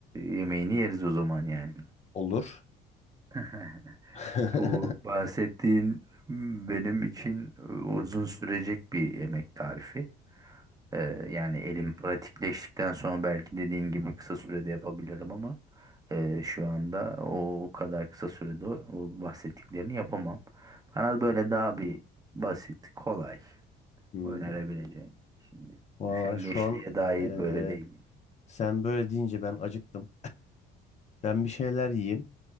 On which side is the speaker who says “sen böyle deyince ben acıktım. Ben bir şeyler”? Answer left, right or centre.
Left